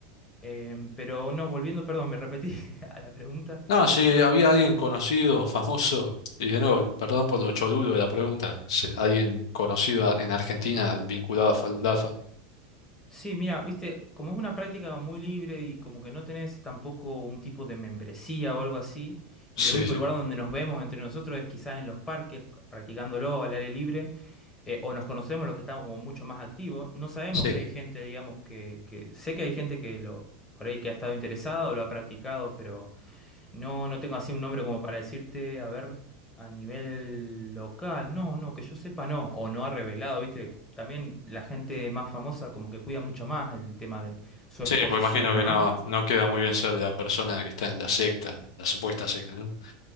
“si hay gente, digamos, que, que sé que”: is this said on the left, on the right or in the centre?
Left